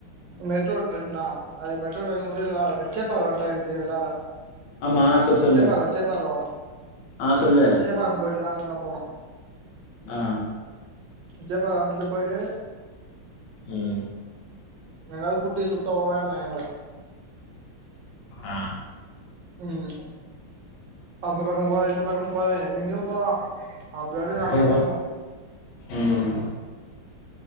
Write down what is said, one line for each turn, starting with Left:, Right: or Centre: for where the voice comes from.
Right: metro train தா அது மெட்ரோ ட்ரெய் அப்டிதா சேப்பாக்க ட்ரெயின் இது எல்லா
Left: ஆமா சொல்லு சொல்லு
Right: சேப்பாக்கம் சேப்பாக்கம்
Left: ஆ சொல்லு
Right: சேப்பாக்கம் போயிட்டு தான் அங்க தான் போனோம்
Left: ஆ
Right: சேப்பாக அங்கந்து போயிட்டு
Left: ம்
Right: எங்காலு குட்டி சுத்தவதான் என்ன எங்கள
Left: ஆ
Right: ம் அந்த பக்கம் போறே இந்த பக்கம் போறே எங்கெங்யோ போறா அப்டியாச்சு நானு
Left: போய்
Right: போயிருக்கணு
Left: பா ம்